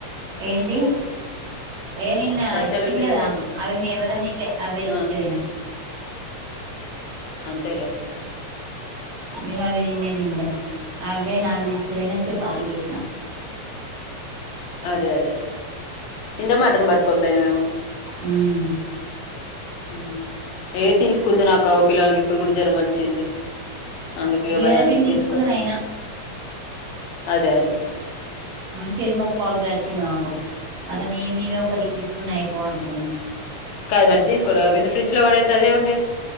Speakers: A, on the right (about 55°); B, on the left (about 75°).
A: ఏంటి ఏ నిన్న
B: బచ్చాలు
A: ఇచ్చింది
B: గిట్ల
A: కదా
B: చేయపోయినవా?
A: అవి మేం ఎవ్వరం తినలే అవ్వే తీసుకుపోయిన
B: ఆ అంతేలే
A: మేం అవి తిన్నె తిన్లే
B: హ్మ్.
A: అవే నాలుగు తీసుకపో యినా చపాతీ చేసిన
B: అదే అదే ఇంత మటన్ పట్టుకోని పోయినా మేము
A: ఉమ్
B: మ్ ఏ తీసుకుందును అక్క పిలగానికి ఇప్పుడు కూడా జ్వరం వచ్చింది
A: <unintelligible>
B: అందుకు ఇగ భయానికి
A: తీసుకున్నది
B: తీసుకోలే.
A: అయినా
B: అదే అదే
A: చెరి ముప్పావుకిల వచ్చింది మాకు అంత నీ మీద ఒకదిక్కు తీసుకున్న అయిపోవు అనుకున్నా
B: కాదు మరి తీసుకోని రాకపోయింది ఫ్రిడ్జ్ లో వాడేత్తే అదే ఉంట